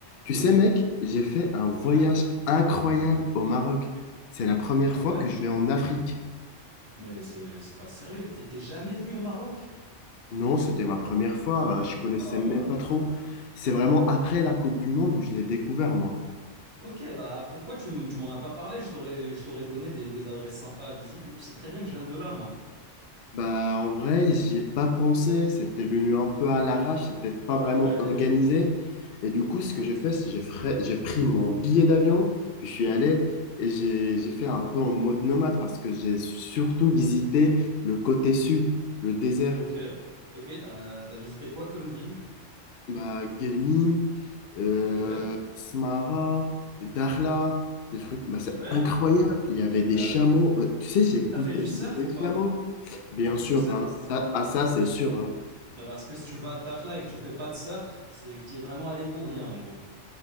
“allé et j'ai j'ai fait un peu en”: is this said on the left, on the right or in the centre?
Left